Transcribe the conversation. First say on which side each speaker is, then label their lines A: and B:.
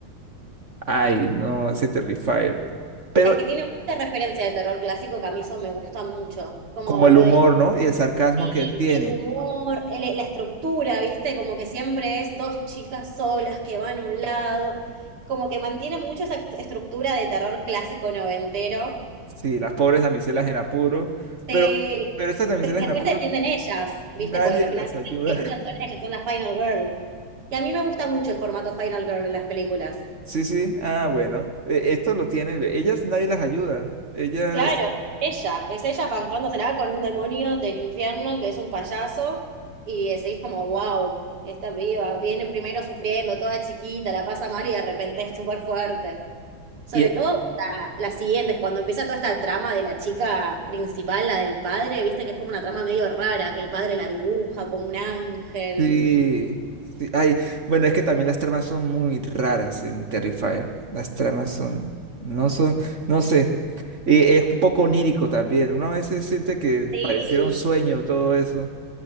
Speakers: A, on the right; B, on the right.
A: Ay, no, ese Terrifier. Pero
B: Es que tiene mucha referencia de terror clásico que a mí eso me gusta mucho. Como
A: como
B: lo
A: el humor,
B: del
A: ¿no? Y el sarcasmo
B: sí,
A: que él tiene.
B: el humor, el- la estructura, ¿viste? Como que siempre es dos chicas solas que van a un lado. Como que mantiene mucho esa estructura de terror clásico noventero.
A: Sí, las pobres damiselas en apuro,
B: Sí.
A: pero, pero estas damiselas
B: Pero después
A: en apuro
B: se defienden ellas, ¿viste?
A: nadie
B: Porque finalmente
A: las ayuda.
B: las que luchan
A: <laughs>
B: son ellas, son las Final Girl. Y a mí me gusta mucho el formato Final Girl en las películas.
A: Sí, sí, ah, bueno, eh, esto lo tiene, ellas nadie las ayuda, ellas...
B: Claro, es ella, es ella bancándosela con un demonio del infierno que es un payaso y eh, seguís como, wow, esta viva, viene primero sufriendo, toda chiquita, la pasa mal y de repente es súper fuerte. Sobre
A: Y,
B: todo para las siguientes, cuando empieza toda esta trama de la chica principal, la del padre, viste que es como una trama medio rara, que el padre la dibuja como un ángel.
A: Sí, sí. Ay, bueno, es que también las tramas son muy raras en Terrifier. Las tramas son, no son, no sé. Y es un poco onírico también. Uno a veces siente que
B: Sí,
A: pareciera un sueño todo eso.